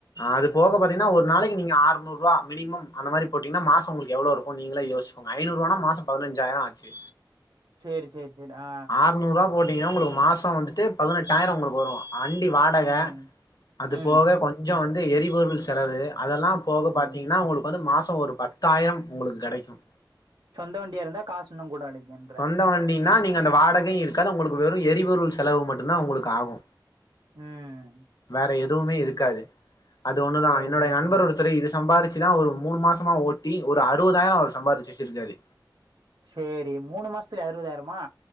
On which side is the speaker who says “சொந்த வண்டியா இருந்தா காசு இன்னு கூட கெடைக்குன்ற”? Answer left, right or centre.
Right